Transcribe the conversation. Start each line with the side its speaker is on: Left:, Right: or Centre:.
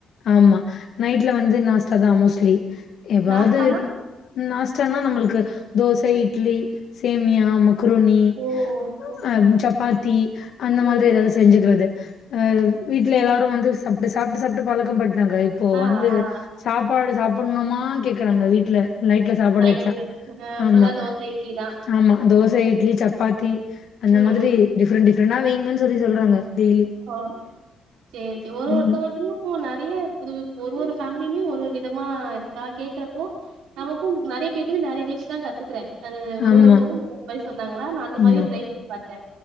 Left: ஆமா நைட்ல வந்து நாஸ்டா தா மோஸ்ட்லி எப்பாது
Right: நாஸ்தானா
Left: நாஸ்டானா நம்மளுக்கு தோசை இட்லி சேமியா மக் க்ருனி
Right: ஓ ஓகே
Left: ஆ
Right: ஓகே
Left: சப்பாத்தி அந்த மாதிரி
Right: ம்
Left: எதாவது செஞ்சுக்குறது ஆ வீட்ல எல்லாரு வந்து சாப்டு சாப்ட்டு சாப்ட்டு பழக்கம் படுத் நாங்க இப்போ
Right: ஆ
Left: வந்து
Right: ஆ
Left: சாப்பாடு சாப்பணுமான் கேக்குறாங்க வீட்ல நைட்ல சாப்பாடு
Right: நைட்டு
Left: வச்சா
Right: ஆ
Left: ஆமா
Right: ஃபுல்லா தோச இட்லி தா
Left: ஆமா தோசை இட்லி சப் பாத்தி அந்த
Right: ம்
Left: மாதிரி டிப்ரெண்ட் டிப்ரெண்டா வைங்கன்னு சொல்லி சொல்றாங்க டெய்லி.
Right: ஆ சேரி சேர் ஒரு
Left: ம்.
Right: ஒருத் தொவுங்கிட்டையு ந நெறைய புது ஒரு ஒரு ஃபேமிலியுமே ஒரு ஒரு விதமா இருக்கா கேக்குறப்போ நமக்கு நெறையா பேத்துக்கு நெறைய டிஷ்லா கத்துக்குறே அது ஒரு
Left: ஆமா,
Right: ஒருத்தவங்க ஒரு ஒரு மாரி சொன்னாங்களா நா அந்த மாரியே
Left: ஆமா.
Right: ட்ரை பண்ணி பாத்தே